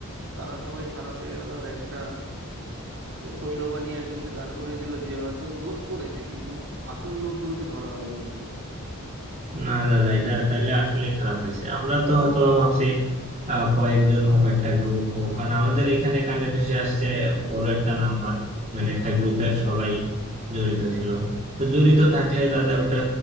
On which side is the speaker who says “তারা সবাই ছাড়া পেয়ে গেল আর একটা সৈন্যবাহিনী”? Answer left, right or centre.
Right